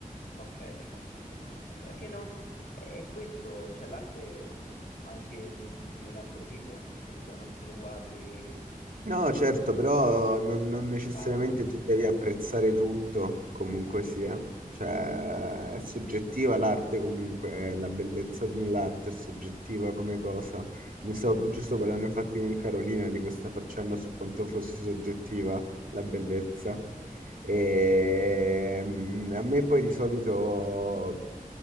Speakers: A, on the left; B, on the right.
A: Ok, perfetto, perfetto, perfetto. È che no, è è questo, cioè l'arte ehm, anche di, di- di un altro tipo, capito? Non solo quadri,
B: No, certo, però non, non necessariamente
A: statue.
B: tu devi apprezzare tutto, comunque sia. Cioè, è soggettiva l'arte comunque, la bellezza dell'arte è soggettiva come cosa. Ne stavo giusto parlando infatti con Carolina di questa faccenda su quanto fosse soggettiva la bellezza. E mm, a me poi di solito